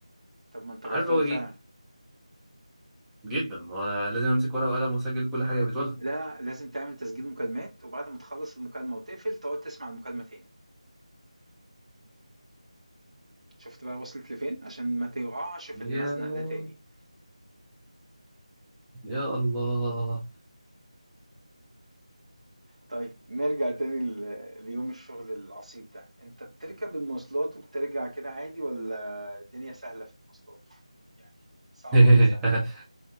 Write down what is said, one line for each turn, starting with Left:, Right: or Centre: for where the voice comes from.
Right: طب ما انت
Centre: عارف
Right: غلطان
Centre: اللي هو
Right: فعلا
Centre: ايه جدا ما أنا لازم امسك ورقه وقلم واسجل كل حاجه بتقولها
Right: لا لازم تعمل تسجيل مكالمات وبعد ما تخلص المكالمة وتقفل تقعد تسمع المكالمة تاني شفت بقى وصلت لفين عشان ما تقعش في المزنق
Centre: يا لهوي.
Right: ده تاني
Centre: يا الله
Right: طيب نرجع تاني ل- ليوم الشغل العصيب ده انت بتركب المواصلات وبترجع كده عادي ولا الدنيا سهلة في المواصلات يعني صعبة
Centre: <laughs>
Right: ولا سهلة